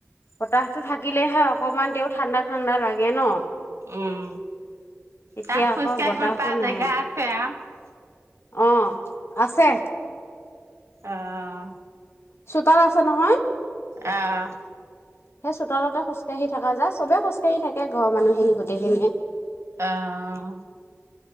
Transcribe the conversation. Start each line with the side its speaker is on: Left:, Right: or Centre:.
Left: বতাহ টো থাকিলেহে অকমান তেও ঠাণ্ডা ঠাণ্ডা লাগে ন৷
Right: উম
Left: এতিয়া
Right: তাত খোজকাঢ়িব
Left: আকৌ বতাহটো
Right: পা
Left: নাই
Right: জেগা আছে আৰু৷
Left: অ আছে
Right: অহ
Left: চোতাল আছে নহয়
Right: আহ
Left: সেই চোতালতে খোজকাঢি থাকা যায়, চবে খোজকাঢ়ি থাকে ঘৰৰ মানুহখিনি গোটেইখিনিয়ে৷
Right: আহ